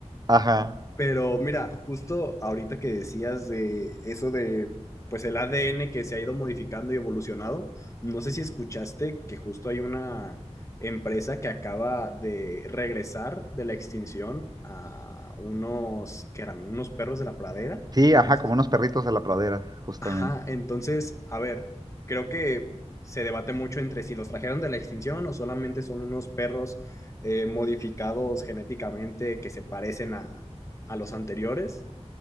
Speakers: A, on the right (about 35°); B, on the left (about 25°).
A: ajá.
B: pero mira, justo ahorita que decías de eso de, pues el ADN que se ha ido modificando y evolucionado, no sé si escuchaste que justo hay una empresa que acaba de regresar de la extinción a unos, que eran unos perros de la pradera.
A: Sí, ajá,
B: No sé.
A: como
B: si,
A: unos perritos de la pradera, justamente.
B: Ajá, entonces, a ver, creo que se debate mucho entre si los trajeron de la extinción o solamente son unos perros eh, modificados genéticamente que se parecen a a los anteriores.